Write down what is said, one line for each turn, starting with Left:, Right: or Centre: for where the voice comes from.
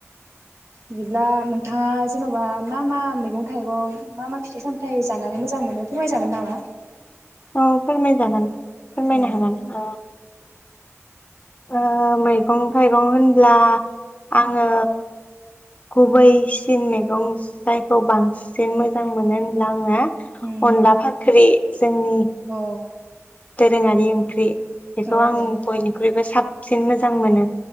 Right: बिदिब्ला नोंथाङा जेनबा मा मा मैगं थाइगं मा मा फिथाइ सामथाइ जानानै मोजां मोनो फोरमायजागोन नामा?
Left: औ फोरमाय जागोन। फोरमायनो
Right: औ
Left: हागोन अ ओ मैगं थायगं होनब्ला आङो गुबैसिन मैगं जायखौ बांसिन मोजां मोनो होनब्ला आङो
Right: उम
Left: अनला फाख्रि जोंनि
Right: औ
Left: दोरोङारि ओंख्रि बेखौ
Right: औ
Left: आं
Right: औ
Left: बयनिख्रुइबो साब सिन मोजां मोनो।